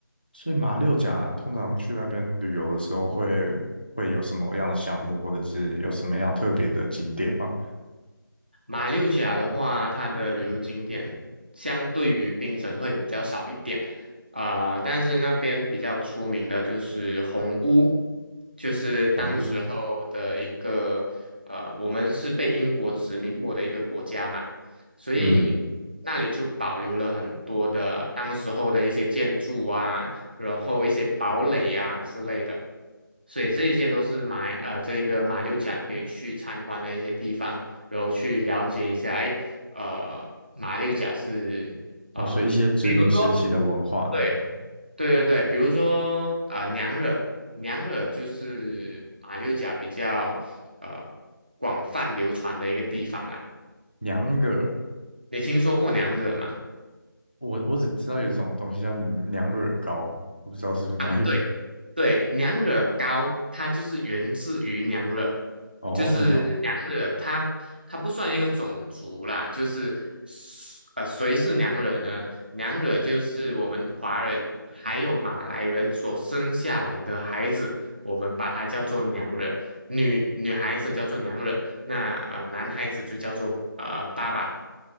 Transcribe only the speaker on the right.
马六甲的话，它的旅嗯游景点相对于槟城会比较少一点，啊、但是那边比较出名的就是红屋，就是当时候的一个呃，
我们是被英国殖民过的一个国家嘛，所以那里就保留了很多的当时候的一些建筑啊，
然后一些堡垒呀、之类的。所以这一些都是马来呃这个马六甲可以去参观的一些地方。然后去了解一下，哎，呃，马六甲是呃，
比如说，对对对对，比如说呃，娘惹，娘惹就是马六甲比较呃广泛流传的一个地方啦。
你听说过娘惹吗？
啊，对对，娘惹糕它就是源自于娘惹，
就是娘惹它它不算一个种族啦，
就是呃谁是娘惹呢？娘惹就是我们华人还有马来人所生下来的孩子，我们把它叫做娘惹，女女孩子叫做娘惹，那呃男孩子就叫做呃爸爸。